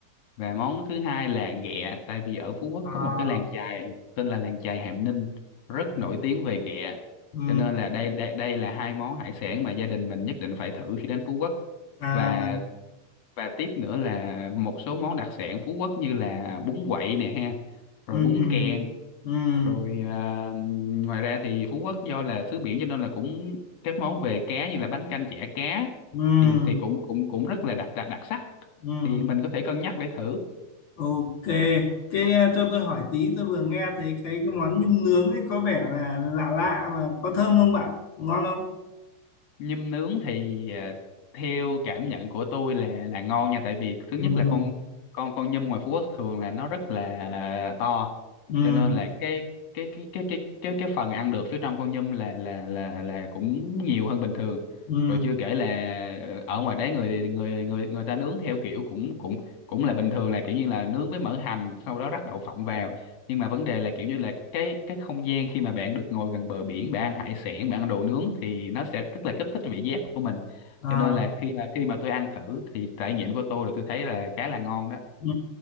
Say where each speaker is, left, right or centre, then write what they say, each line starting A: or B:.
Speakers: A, on the left; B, on the left.
A: và món thứ hai là ghẹ tại vì ở Phú Quốc
B: à,
A: có một cái làng chài tên là làng chài Hàm Ninh rất
B: à,
A: nổi tiếng về ghẹ
B: ừ,
A: cho nên là đây đây đây là hai món hải sản mà gia đình mình nhất định phải thử khi đến Phú Quốc
B: à,
A: và và tiếp nữa là một số món đặc sản Phú Quốc như là bún quậy nè ha rồi
B: ừ,
A: bún kèn
B: ừ,
A: rồi ờ, ngoài ra thì Phú Quốc do là xứ biển cho nên là cũng các món về cá như là bánh canh chả cá
B: ừ,
A: thì thì cũng cũng cũng rất là đặc đặc đặc sắc
B: ừ.
A: thì mình có thể cân nhắc để thử
B: ok cái ờ, cho tôi hỏi tí tôi vừa nghe thấy cái cái món nhum nướng ấy có vẻ là lạ lạ mà có thơm không bạn ngon không
A: nhum nướng thì à, theo cảm nhận của tôi là là ngon nha tại vì thứ nhất
B: ừ,
A: là con con con nhum ngoài Phú Quốc thường là nó rất là to
B: ừ.
A: cho nên là cái cái cái cái cái cái cái phần ăn được phía trong con nhum là là là là cũng nhiều hơn bình thường
B: Ừ,
A: rồi chưa kể là ờ, ở ngoài đấy người người người người ta nướng theo kiểu cũng cũng cũng là bình thường là kiểu như là nướng với mỡ hành sau đó rắc đậu phộng vào nhưng mà vấn đề là kiểu như là cái cái không gian khi mà bạn được ngồi gần bờ biển bạn ăn hải sản bạn ăn đồ nướng thì nó sẽ rất là kích thích vị giác của mình
B: À,
A: cho nên là khi mà khi mà tôi ăn thử thì trải nghiệm của tôi là tôi thấy là khá là ngon đó
B: ừ.